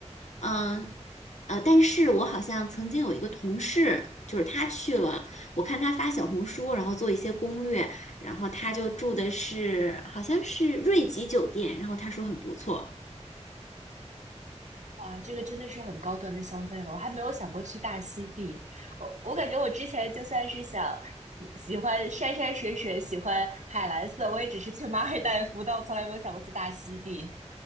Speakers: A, on the left; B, on the right.
A: 嗯，呃，但是我好像曾经有一个同事，就是他去了，我看他发小红书，然后做一些攻略，然后他就住的是好像是瑞吉酒店，然后他说很不错。
B: 哇，这个真的是很高端的消费了，我还没有想过去大溪地。我我感觉我之前就算是想喜喜欢山山水水，喜欢海蓝色，我也只是去马尔代夫，但我从来没有想过去大溪地。